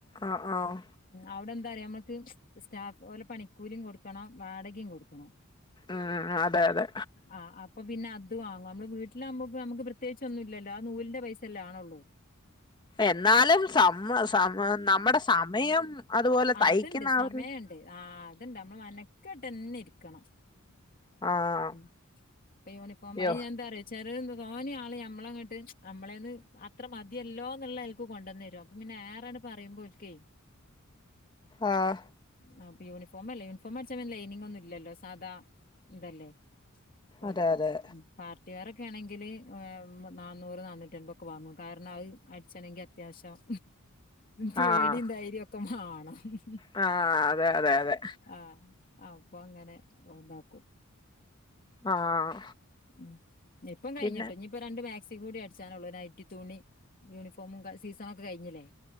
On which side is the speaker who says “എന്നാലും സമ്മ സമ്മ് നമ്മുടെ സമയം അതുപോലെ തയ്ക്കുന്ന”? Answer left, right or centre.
Left